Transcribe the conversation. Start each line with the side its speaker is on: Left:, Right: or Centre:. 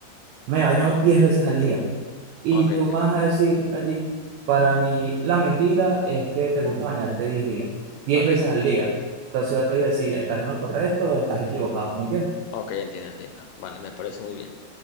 Right: me baño 10 veces al día. Y
Left: Ok, ok,
Right: tú vas a decir allí, para mí la mentira es que te gusta bañarte 10 días, diez
Left: ok,
Right: veces al día. Entonces yo te voy a decir, ¿estás en lo correcto o estás equivocado? ¿Me entiendes?
Left: ok, entiendo, entiendo. Vale, me parece muy bien.